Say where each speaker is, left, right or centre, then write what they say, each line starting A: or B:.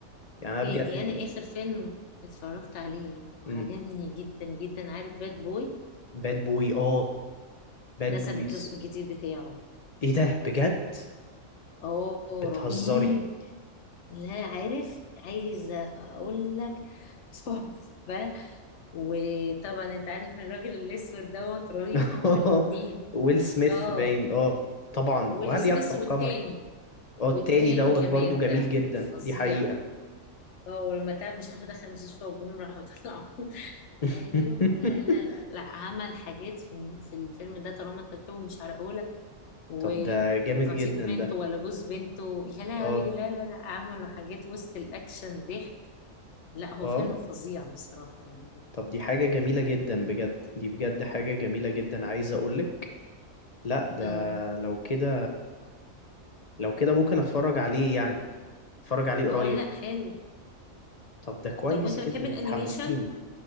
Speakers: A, on the left (about 45°); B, on the left (about 60°).
A: يعني انا
B: يعني
A: بجد في
B: أنا آخر فيلم اتفرجت عليه وعجبني
A: امم
B: جدا جدا عارف باد بوي
A: باد بوي اه باد
B: نزل
A: بويز
B: الجزء الجديد بتاعه
A: ايه ده بجد
B: اه رهيب
A: بتهزري
B: لا عارف عايزة اقول لك <laughs> تحفة وطبعا انت عارف الراجل الاسود دوت رهيب
A: <laughs>
B: هما الاتنين
A: ويل سميث
B: اه
A: باين اه طبعا
B: ويلي
A: وهل
B: سميث
A: يخفى القمر
B: والتاني
A: اه التاني
B: والتاني
A: دوت
B: كمان
A: برضو جميل
B: ده
A: جدا
B: فظيع
A: دي حقيقة
B: اه ولما تعب مش عارفه دخل المستشفى والجمهور راحوا طلعوا <laughs>
A: <laughs>
B: ايوه لا لا لا لا عمل حاجات في في الفيلم ده طالما انت فيه مش هرقهولك وخطيب
A: طب ده جامد جدا
B: بنته
A: ده
B: ولا جوز بنته يا لهوي
A: اه
B: لا لا لا عملوا حاجات وسط الاكشن ضحك لا هو
A: اه
B: فيلم فظيع بصراحة يعني
A: طب دي حاجة جميلة جدا بجد دي بجد حاجة جميلة جدا عايز اقولك لا ده
B: اه
A: لو كده لو كده ممكن اتفرج عليه يعني اتفرج عليه قريب
B: اه لا حلو
A: طب ده كويس
B: طب وانت
A: جدا
B: بتحب الانيميشن
A: انت حمستيني